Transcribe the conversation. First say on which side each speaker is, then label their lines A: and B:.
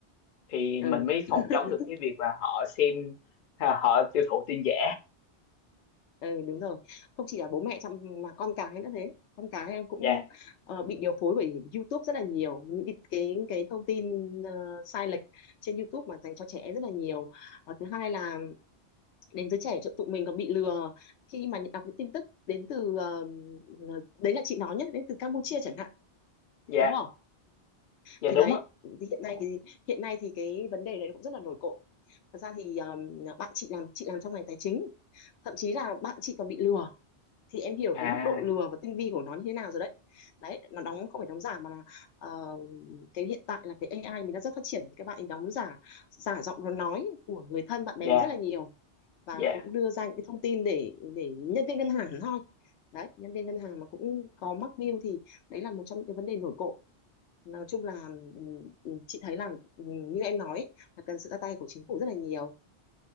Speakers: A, on the left; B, on the left.
A: thì
B: ừ
A: mình mới
B: <laughs>
A: phòng chống được cái việc là họ xem à, họ tiêu thụ tin giả
B: ừ đúng rồi không chỉ là bố mẹ chăm mà con cái nữa thế con cái em cũng
A: dạ
B: ờ, bị điều phối bởi YouTube rất là nhiều những cái cái, cái thông tin ờ, sai lệch trên YouTube mà dành cho trẻ rất là nhiều Ờ, thứ hai là đến giới trẻ chỗ tụi mình còn bị lừa khi mà nhận đọc những tin tức đến từ ờ, ờ, đấy là chị nói nhé đến từ Campuchia chẳng hạn
A: dạ
B: đúng không
A: dạ
B: thì
A: đúng
B: đấy
A: á
B: thì hiện nay thì hiện nay thì cái vấn đề này cũng rất là nổi cộm thật ra thì ờ, bạn chị làm chị làm trong ngành tài chính thậm chí là bạn chị còn bị lừa thì em hiểu
A: à
B: cái mức độ lừa và tinh vi của nó như thế nào rồi đấy đấy nó đóng không phải đóng giả mà là ờ, cái hiện tại là cái AI mình đã rất phát triển thì các bạn ấy đóng giả giả giọng nó nói của người thân bạn
A: dạ
B: bè mình rất là nhiều và
A: dạ
B: cũng đưa ra những cái thông tin để để nhân viên ngân hàng thôi đấy nhân viên ngân hàng mà cũng có mắc mưu thì đấy là một trong những cái vấn đề nổi cộ nói chung là ừ, ừ, chị thấy là ừ, như em nói ấy, là cần sự ra tay của chính phủ rất là nhiều